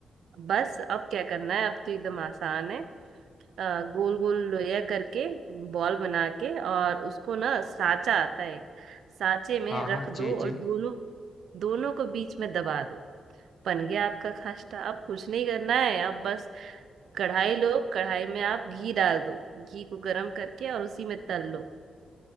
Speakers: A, on the right; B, on the left.
A: बस अब क्या करना है अब तो एकदम आसान है अ, गोल गोल लोया करके बॉल बना के और उसको ना साचा आता है साचे में
B: हाँ
A: रख
B: हाँ
A: दो
B: जी
A: और
B: जी
A: दोनों दोनों को बीच में दबा दो बन गया आपका खास्टा अब कुछ नहीं करना है अब बस कढ़ाई लो कढ़ाई में आप घी डाल दो घी को गरम करके और उसी में तल लो